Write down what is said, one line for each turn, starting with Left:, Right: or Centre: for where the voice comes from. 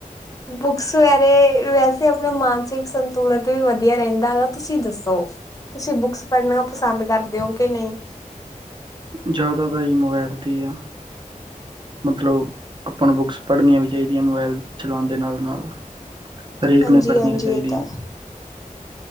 Left: ਬੁੱਕਸ ਵੈਰੇ ਵੈਸੇ ਅਪਣੇ ਮਾਨਸਿਕ ਸੰਤੁਲਿਤ ਵੀ ਵਧੀਆ ਰਹਿੰਦਾ ਵਾ। ਤੁਸੀਂ ਦੱਸੋ ਤੁਸੀ ਬੁੱਕਸ ਪੜ੍ਹਨਾ ਪਸੰਦ ਕਰਦੇ ਹੋ ਕਿ ਨਹੀਂ?
Right: ਜ਼ਿਆਦਾ ਤਾਂ ਜੀ਼ ਮੋਬਾਇਲ ਤੇ ਹੀ ਆ ਮਤਲਬ ਆਪਾਂ ਨੂੰ ਬੁੱਕਸ ਪੜ੍ਹਨੀਆਂ ਵੀ ਚਾਹੀਦੀਆਂ ਮੋਬਾਇਲ ਚਲਾਉਣ ਦੇ ਨਾਲ ਨਾਲ। ਹਰੇਕ
Left: ਹਾਂਜੀ
Right: ਨੂੰ ਪੜ੍ਹਨੀਆਂ
Left: ਹਾਂਜੀ
Right: ਚਾਹੀਦੀਆਂ
Left: ਇਹ ਤਾਂ ਹੈ